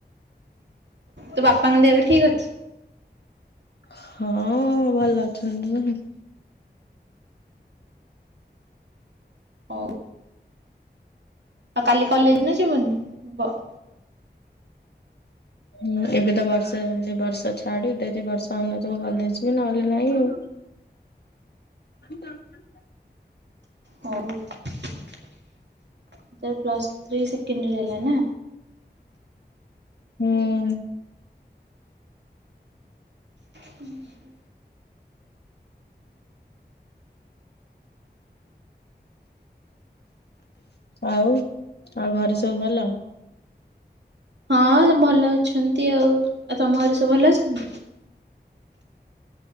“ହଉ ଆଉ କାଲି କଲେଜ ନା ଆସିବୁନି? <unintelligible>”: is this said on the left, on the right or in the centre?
Right